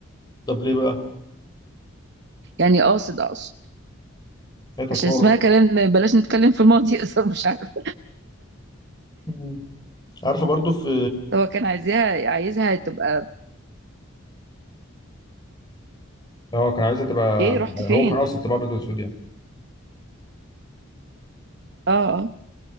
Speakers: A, on the left (about 20°); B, on the right (about 55°).
A: طب ليه بقى؟
B: يعني قاصد اقصد
A: هي تقاعد
B: عشان اسمها كلام بلاش نتكلم في الماضي <laughs> يقصر مش عارف
A: مم. عارفه برضو في
B: هو كان عايزاها عايزها تبقى
A: هو كان عايزها تبقى
B: ايه رحت فين
A: هو كان قاصد تبقى ابيض واسود يعني
B: اه اه